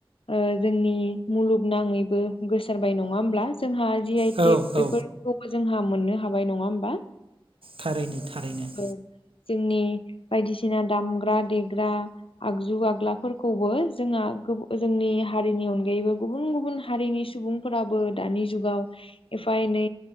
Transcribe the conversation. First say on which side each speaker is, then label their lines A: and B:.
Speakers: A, on the left; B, on the right.
A: ओ जोंनि मुलुग नाङैबो गोसारबाय नङा होमब्ला। जोंहा जि आइटेक
B: औ औ
A: बेफोरखौबो जोंहा मोननो हाबाय नङा होमबा।
B: थारैनो थारैनो
A: ओ जोंनि बायदिसिना दामग्रा देग्रा आगजु आग्लाफोरखौबो जोंहा गोबु जोंनि हारिनि अनगायैबो गुबुन गुबुन हारिनि सुबुं फोराबो दानि जुगाव एफा एनै